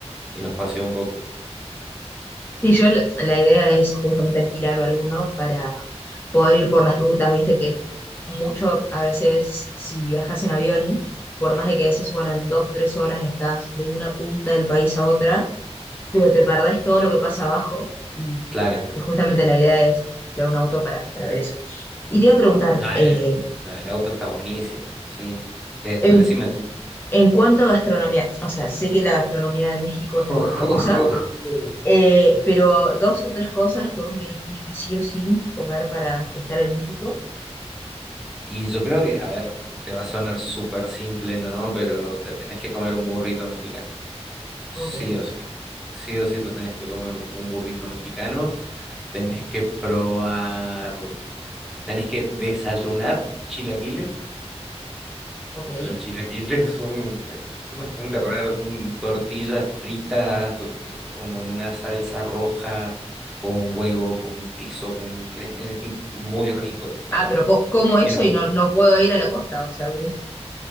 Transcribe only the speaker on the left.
Sí, yo la la idea es justamente alquilar alguno para poder ir por las rutas, viste que mucho a veces si viajas en avión, por más de que decís, bueno, en dos, tres horas estás de una punta del país a otra pero te perdés todo lo que pasa abajo y,
y justamente la idea es crear un auto para, para ver eso. Y te iba a preguntar,
eh,
en,
en cuanto a gastronomía, o sea, sé que la gastronomía de México
es muy famosa, eh, pero dos o tres cosas que vos me digas, tenés que sí o sí comer para estar en México.
Ok,
ok.
Ah, pero co- como eso
y no, no puedo ir a la costa, o sea, <laughs>